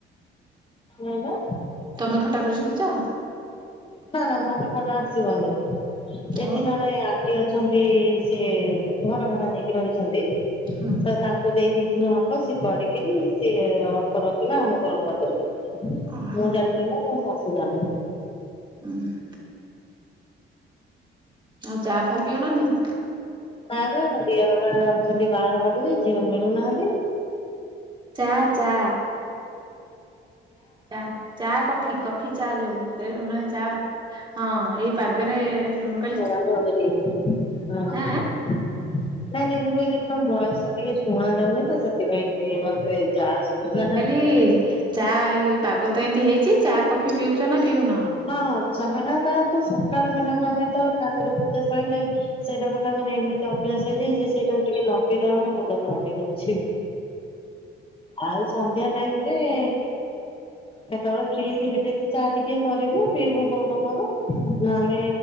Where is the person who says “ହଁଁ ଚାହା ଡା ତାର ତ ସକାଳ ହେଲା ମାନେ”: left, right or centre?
Left